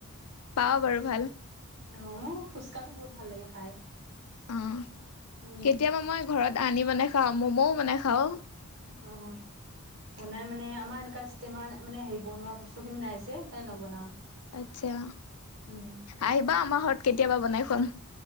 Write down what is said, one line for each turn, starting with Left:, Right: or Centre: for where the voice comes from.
Left: পাও বাৰু ভাল।
Right: অ মোৰ ফুচকাটো বহুত ভাল লাগে খাই।
Left: অ,
Right: উম
Left: কেতিয়াবা মই ঘৰত আনি বনাই খাও, মম'ও বনাই খাও।
Right: অ, বনাই মানে, আমাৰ এনেকুৱা ইমান মানে হেৰি বনোৱা বস্তু খিনি নাই যে, সেইকাৰণে নবনাও।
Left: আচ্ছা!
Right: উম
Left: আহিবা আমাৰ ঘৰত কেতিয়াবা, বনাই খোৱাম।